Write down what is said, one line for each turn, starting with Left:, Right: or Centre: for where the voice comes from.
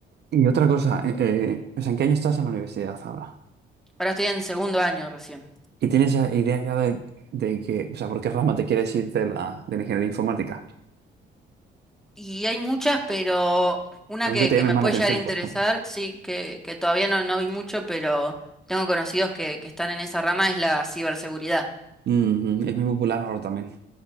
Right: Y otra cosa, eh, eh, o sea, ¿en qué año estás en la universidad ahora?
Centre: Ahora estoy en segundo año recién.
Right: ¿Y tienes esa idea ya de, de que, o sea, por qué rama te quieres ir de la, de la ingeniería informática?
Centre: Y hay muchas, pero una
Right: Algo
Centre: que,
Right: que te
Centre: que
Right: llame
Centre: me
Right: más
Centre: puede
Right: la atención,
Centre: llegar a interesar,
Right: por ejemplo.
Centre: sí, que, que todavía no, no vi mucho, pero tengo conocidos que, que están en esa rama, es la ciberseguridad.
Right: Ujú, Es muy popular ahora también.